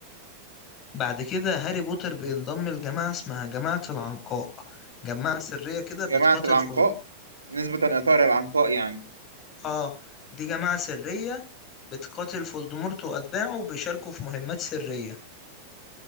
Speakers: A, on the left (about 35°); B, on the right (about 80°).
A: بعد كده هاري بوتر بينضم لجماعة اسمها جماعة العنقاء جماعة سرية كده بتقاتل
B: جماعة العنقاء
A: فول
B: نسبة لإطار العنقاء يعني
A: اه دي جماعة سرية بتقاتل فولدمورت وأتباعه وبيشاركوا في مهمات سرية